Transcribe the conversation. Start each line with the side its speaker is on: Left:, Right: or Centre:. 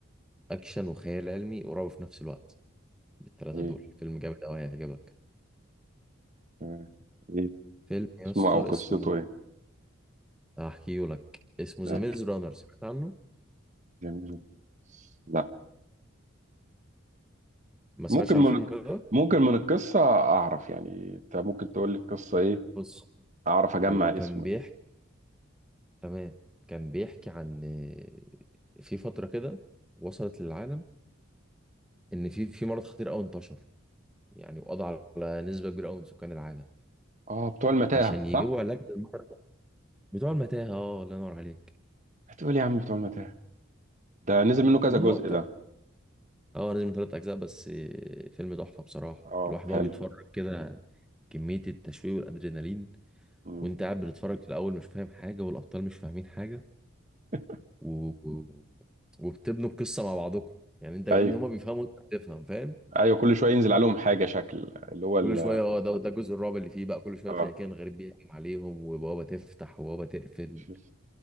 Centre: اكشن وخيال علمي قريب في نفس الوقت بالثلاثه
Right: ايه
Centre: دول فيلم جامد قوي هيعجبك
Right: آه. إيه.
Centre: فيلم يا
Right: اسمه
Centre: اسطى
Right: او قصته
Centre: اسمه
Right: ايه
Centre: هحكيه لك اسمه ذا
Right: آه،
Centre: ميز رانر سمعت عنه
Right: جميل لا
Centre: ما سمعتش
Right: ممكن
Centre: عن
Right: من
Centre: الفيلم
Right: الك-
Centre: ده
Right: ممكن من القصه اعرف يعني انت ممكن تقول لي القصه ايه
Centre: بص
Right: اعرف اجمع
Centre: هو كان
Right: اسمه
Centre: بيحكي
Right: يعني.
Centre: تمام كان بيحكي عن آه، في فتره كده وصلت للعالم ان في في مرض خطير قوي انتشر يعني وقضى على نسبه كبيره قوي من سكان العالم
Right: اه بتوع المتاهه
Centre: عشان يجيبوا
Right: صح
Centre: علاج للمرضى بتوع المتاهة اه الله ينور عليك
Right: هتقول إيه يا عم بتوع المتاهه ده نزل منه كذا
Centre: ما
Right: جزء
Centre: هو بتوع
Right: ده
Centre: اه نزل من ثلاث أجزاء بس آه، فيلم تحفة بصراحة
Right: اه
Centre: الواحد
Right: حلو
Centre: وهو بيتفرج كده كمية التشويق والأدرينالين
Right: مم.
Centre: وأنت قاعد بتتفرج في الأول مش فاهم حاجة والأبطال مش فاهمين حاجة
Right: <laughs>
Centre: و... و- وبتبنوا القصة مع بعضكم يعني أنت أنت
Right: ايوه
Centre: هما بيفهموا وأنت بتفهم فاهم
Right: ايوه كل شويه ينزل عليهم حاجه شكل اللي هو
Centre: كل
Right: ال
Centre: شوية اه ده ده الجزء الرابع اللي فيه بقى كل شوية
Right: اه
Centre: تلاقي كان غريب بيهجم عليهم وبوابة تفتح وبوابة تقفل
Right: شوف،